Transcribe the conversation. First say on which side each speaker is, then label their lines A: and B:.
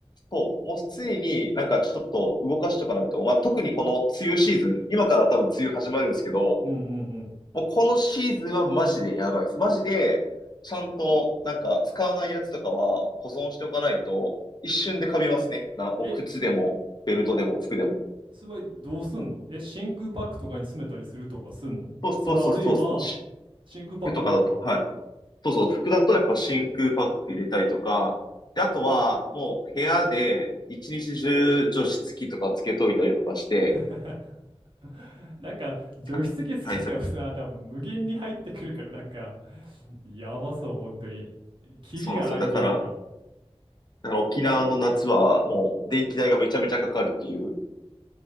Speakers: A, on the left; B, on the right.
A: そう、もう常になんかちょっと動かしとかないと、まあ、特にこの梅雨シーズン、今から多分梅雨始まるんですけど、
B: うんうんうん。
A: もうこのシーズンはマジでやばいです。マジで、ちゃんと、なんか、使わないやつとかは保存しておかないと、一瞬でカビますね。な、もう靴でも、
B: え、
A: ベルトでも、服でも。
B: すごいどうすんのえ、真空パックとかに詰めたりするとかすんのそれあるいは、
A: そうそうそうそうそう。
B: 真空パックやっぱ。
A: 服とかだと、はい。そうそう、服だとやっぱ真空パック入れたりとか、で、あとは、もう部屋で一日中除湿機とかつけといたりとかして、
B: <laughs> なんか、除湿機つけてもさ、
A: た対策、
B: 多分無限に入ってくるから、なんか、やばそう、本当に。キリがないというか。
A: そうなんですよ。だから、だから沖縄の夏はもう電気代がめちゃめちゃかかるっていう